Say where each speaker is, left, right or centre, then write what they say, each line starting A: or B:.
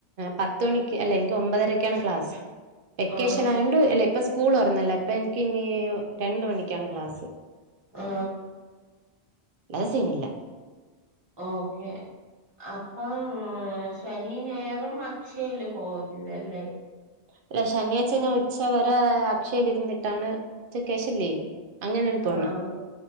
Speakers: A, on the right; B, on the right.
A: പത്ത മണിക്ക്. അല്ല എനിക്ക് ഒമ്പതരക്കെയാണ് ക്ലാസ് വെക്കേഷൻ
B: ആഹ്
A: ആയണ്ട് അല്ലേ ഇപ്പ സ്കൂൾ തുറന്നല്ല ഇപ്പ എനിക്ക് ഇനി രണ്ട് മണിക്കാണ് ക്ലാസ്
B: ആ
A: അത് സിനില്ല.
B: ഓക്കെ അപ്പം ശനി ഞായറും അക്ഷയില് പോവുതില്ലല്ലേ
A: അല്ലെ ശനിയാഴ്ച ഞാൻ ഉച്ചവരെ അക്ഷയില്ലരുന്നിട്ടാണ് ഉച്ചക്ക് ശേഷം ലീവ് അങ്ങനെയാണ് പോണ
B: ആഹ്